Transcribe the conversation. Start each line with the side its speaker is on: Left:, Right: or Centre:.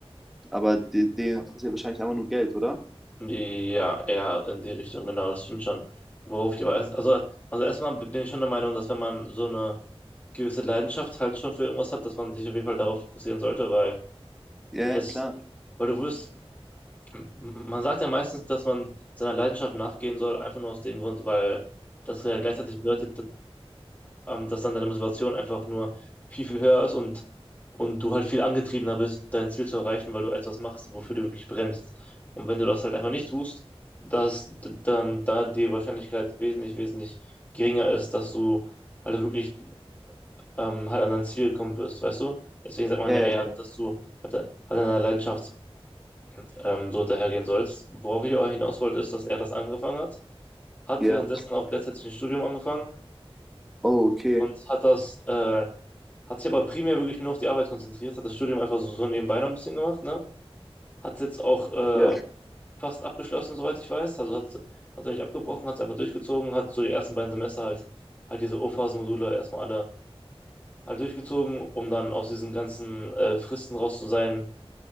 Centre: Aber de- den interessiert wahrscheinlich einfach nur Geld, oder?
Left: Ja, eher in die Richtung, genau, das stimmt schon. Worauf ich aber erst, also, also erstmal bin ich schon der Meinung, dass wenn man so eine gewisse Leidenschaft halt schon für irgendwas hat, dass man sich auf jeden Fall darauf fokussieren sollte, weil
Centre: Ja,
Left: es,
Centre: ja, klar.
Left: weil du wirst, m- man sagt ja meistens, dass man seiner Leidenschaft nachgehen soll, einfach nur aus dem Grund, weil das ja gleichzeitig bedeutet, ähm, dass dann deine Motivation einfach nur viel, viel höher ist und, und du halt viel angetriebener bist, dein Ziel zu erreichen, weil du etwas machst, wofür du wirklich brennst. Und wenn du das halt einfach nicht tust, dass d- dann da die Wahrscheinlichkeit wesentlich, wesentlich geringer ist, dass du halt wirklich ähm, halt an dein Ziel gekommen wirst, weißt du? Deswegen sagt man
Centre: Ja,
Left: ja
Centre: ja,
Left: eher,
Centre: klar.
Left: dass du halt, halt an deiner Leidenschaft ähm, so hinterhergehen sollst. Worauf ich aber hinaus wollte, ist, dass er das angefangen hat, hat
Centre: Ja.
Left: währenddessen auch gleichzeitig ein Studium angefangen
Centre: Oh, okay.
Left: und hat das äh, hat sich aber primär wirklich nur auf die Arbeit konzentriert, hat das Studium einfach so, so nebenbei noch ein bisschen gemacht, ne? Hat es jetzt auch äh,
Centre: Ja.
Left: fast abgeschlossen, soweit ich weiß. Also hat es nicht abgebrochen, hat es einfach durchgezogen, hat so die ersten beiden Semester halt, halt diese O-Phasen-Module erstmal alle halt durchgezogen, um dann aus diesen ganzen äh, Fristen raus zu sein.